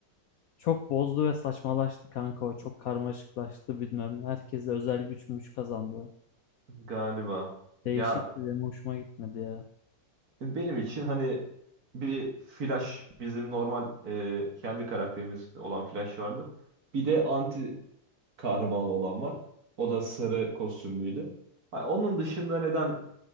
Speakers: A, on the left; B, on the right.
A: Çok bozdu ve saçmalaştı kanka o. Çok karmaşıklaştı bilmem. ne. Herkese özel güçmüş kazandı.
B: Galiba. Ya
A: Değişikti benim hoşuma gitmedi ya.
B: benim için hani bir Flash bizim normal e, kendi karakterimiz olan Flash vardır. Bir de anti kahramanı olan var. O da sarı kostümlüydü. Ha, Onun dışında neden